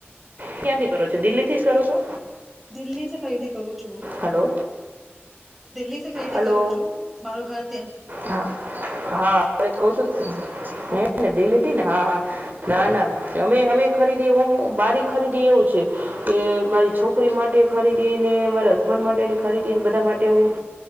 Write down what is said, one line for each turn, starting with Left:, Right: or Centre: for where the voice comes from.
Right: ક્યાં થી કરો છો દિલ્હી થી જ કરો છો.
Centre: દિલ્હી જ કયરી. કરુ છું
Right: હલો
Centre: દિલ્હીસે ખરીદી
Right: હલો
Centre: કરું છું, મારું ઘર ત્યાં
Right: હા હા એટલે જ કહું છું હું ને દિલીથી ને હા હા ના ના અમે અમે ખરીદી ઓમ મારી ખરીદી એવું છે, કે મારી છોકરી માટે ખરીદી ને મારા હસબન્ડ માટેની ખરીદી બધા, માટે હું